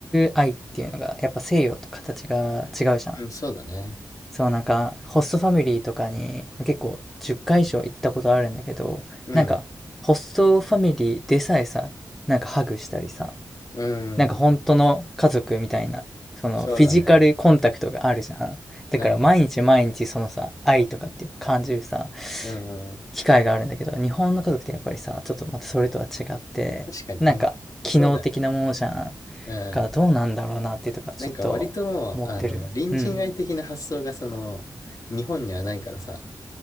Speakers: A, in the centre; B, on the left.
A: 愛っていうのがやっぱ西洋と形が違うじゃん。
B: うん、そうだね。
A: そうなんかホストファミリーとかに結構10回以上行ったことあるんだけど、
B: うん。
A: なんかホストファミリーでさえさ、なんかハグしたりさ、
B: うん。
A: なんか本当の家族みたいな、そのフィジカルコンタクトがあるじゃん。
B: そうだね。
A: だから毎日毎日そのさ、
B: なんか、
A: 愛とかっていうのを感じるさ、
B: うん。
A: 機会があるんだけど、日本の家族ってやっぱりさ、ちょっとまたそれとは違って、
B: 確かになんか、
A: なんか機能的なものじゃん。
B: そうだよね。
A: だ
B: うん。
A: からどうなんだろうなっていうとか、ちょっと思ってる。
B: なんか割ともう、あの、隣人愛的な発想がその、
A: うん。
B: 日本にはないからさ、